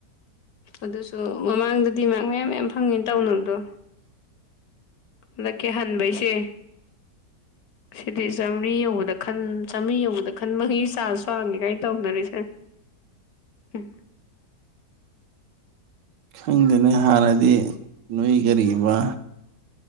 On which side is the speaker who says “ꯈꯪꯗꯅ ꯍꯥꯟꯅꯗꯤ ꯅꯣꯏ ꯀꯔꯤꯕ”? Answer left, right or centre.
Right